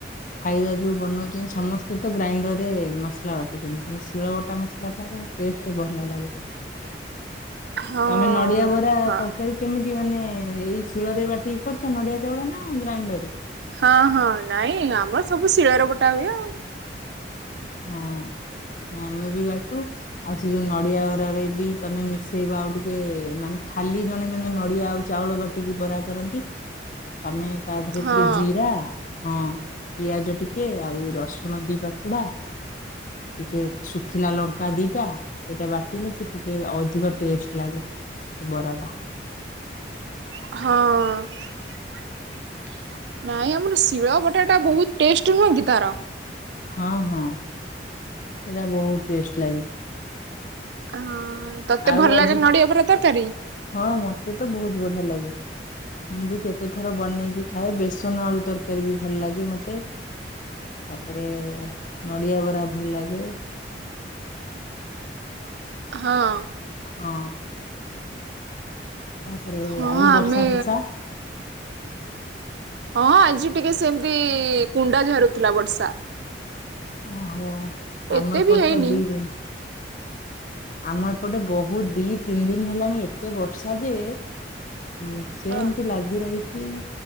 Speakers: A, on the left; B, on the right.
A: ଖାଇବା ଯଉ ବନଉଛନ୍ତି ସମସ୍ତେ ତ ଗ୍ରାଇଣ୍ଡରରେ ମସଲା ବାଟୁଛନ୍ତି ଶିଳବଟା ମସଲାଟାର ଟେଷ୍ଟ ଭଲ ଲାଗେ
B: ହଁ।
A: ତମେ ନଡିଆ ବ
B: ହଁ
A: ତରକାରୀ କେମିତି ମାନେ ଏଇ ଶିଳରେ ବାଟି କରିଛ ନଡିଆ ଚାଉଳ ନା ଗ୍ରାଇଣ୍ଡର ରେ?
B: ହଁ ହଁ ନାଇଁ ଆମର ସବୁ ଶିଳରେ ବଟା ହୁଏ ଆଉ।
A: ହଁ ଆମେ ବି ବାଟୁ ଆଉ ସେ ଯୋଉ ନଡିଆ ବାରରେ ବି ତମେ ମିଶେଇବ ଆଉ ଟିକେ ମାନେ ଖାଲି ଜଣେ ଜଣେ ନଡିଆ ଆଉ ଚାଉଳ ବା ଟିକି ବରା କରନ୍ତି ତମେ ତା ଦେହେରେ
B: ହଁ।
A: ଟିକେ ଜିରା। ହଁ ପିଆଜ ଟିକେ ଆଉ ରସୁଣ ଦି ପାଖୁଡା। ଟିକେ ଶୁଖିଲା ଲଙ୍କା ଦିଟା ସେଇଟା ବାଟିଲେ ସେ ଟିକେ ଅଧିକ ଟେଷ୍ଟ ଲାଗେ। ସେ ବରାଟା।
B: ହଁ। ନାଇଁ ଆମର ଶିଳ ବଟା ଟା ବହୁତ ଟେଷ୍ଟ ନୁହେଁ କି ତାର।
A: ହଁ ହଁ। ସେରା ବହୁତ ଟେଷ୍ଟ ଲାଗେ।
B: ହଁ ତତେ
A: ଆଉ
B: ଭଲ
A: ଆଜି
B: ଲାଗେ ନଡିଆ ପୁରା ତରକାରୀ?
A: ହଁ ମତେ ତ ବହୁତ ବଢିଆ ଲାଗେ। ମୁଁ ବି କେତେ ଥର ବନେଇକି ଖାଏ ବେସନ ଆଳୁ ତରକାରୀ ବି ଭଲ ଲାଗେ ମତେ। ତାପରେ ନଡ଼ିଆ ବରା ଭଲ ଲାଗେ।
B: ହଁ।
A: ହଁ। ତାପରେ
B: ହଁ
A: ଆଉ
B: ଆମେ
A: ବର୍ଷା ଫରର୍ଷା
B: ହଁ ଆଜି ଟିକେ ସେମିତି କୁଣ୍ଡା ଝାରୁଥିଲା ବର୍ଷା।
A: ଆଉ
B: ଏତେ
A: ଆମ ଏପଟେ
B: ବି ହେଇନି।
A: ତ ଦି ଦିନ ଆମ ଏପଟେ ବହୁତ ଦି ତିନି ଦିନ ହେଲାଣି ଏତେ ବର୍ଷା ଯେ ହୁଁ ସେମତି
B: ହଁ
A: ଲାଗେ ଲାଗି ରହିଛି